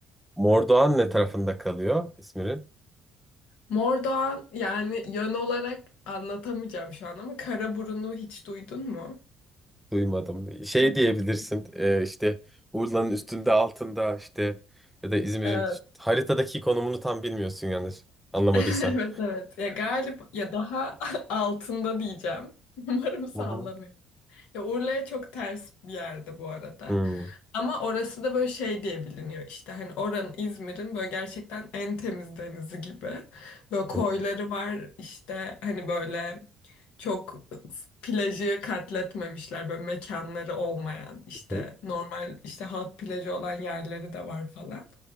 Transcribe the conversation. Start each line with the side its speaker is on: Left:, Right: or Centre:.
Centre: Mordoğan ne tarafında kalıyor İzmir'in?
Left: Mordoğan yani yön olarak anlatamayacağım şu an ama Karaburun'u hiç duydun mu?
Centre: Duymadım. Şey
Left: Duydum.
Centre: diyebilirsin e, işte Urla'nın üstünde altında işte ya da İzmir'in
Left: Evet,
Centre: işte haritadaki konumunu tam bilmiyorsun yanlış anlamadıysam.
Left: <laughs> evet, evet. Ya galip ya daha <laughs> altında diyeceğim. <laughs> Umarım sallamıyorum.
Centre: Hı hı.
Left: Ya Urla'ya çok ters bir yerde bu arada.
Centre: Hmm.
Left: Ama orası da böyle şey diye biliniyor işte hani oranın İzmir'in böyle gerçekten en temiz denizi gibi. Böyle koyları
Centre: Hı
Left: var işte hani böyle çok plajı katletmemişler böyle mekanları olmayan işte
Centre: hı.
Left: normal işte halk plajı olan yerleri de var falan.